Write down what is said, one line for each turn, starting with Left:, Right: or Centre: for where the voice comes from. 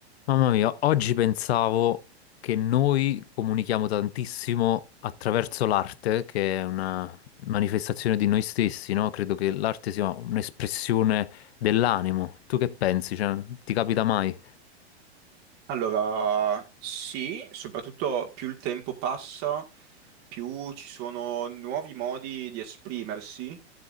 Left: Mamma mia, oggi pensavo che noi comunichiamo tantissimo attraverso l'arte, che è una manifestazione di noi stessi, no? Credo che l'arte sia un'espressione dell'animo. Tu che pensi? Cioè, ti capita mai?
Right: Allora, sì, soprattutto più il tempo passa, più ci sono nuovi modi di esprimersi.